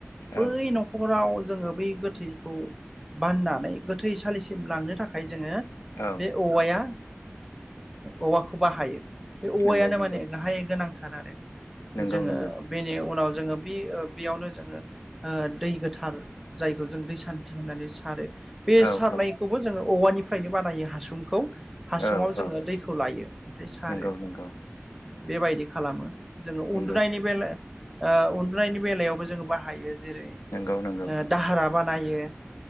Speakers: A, in the centre; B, on the left.
A: बै
B: औ
A: न'खराव जोङो बै गोथैखौ बाननानै गोथै सलिसिम लांनो थाखाय जोङो
B: औ
A: बे औवाया औवाखौ बाहायो बे औवायानो
B: नंगौ नंगौ
A: माने गाहाय गोनांथार आरो
B: नंगौ
A: जोङो
B: नंगौ
A: बेनि उनाव जोङो बे बेयावनो जोङो दै गोथार जायखौ जों दै सान्थि होननानै सारो बे
B: औ
A: सारनायखौबो
B: औ
A: जोङो औवानिफ्रायनो बानायो हासुंखौ हासुङाव
B: औ
A: जोङो
B: औ
A: दैखौ लायो ओमफ्राय सारो
B: नंगौ नंगौ
A: बेबायदि खालामो। जोङो
B: नंगौ
A: उन्दुनायनि बेला उन्दुनायनि बेलायावबो जोङो बाहायो। जेरै
B: नंगौ नंगौ
A: दाहारा बानायो।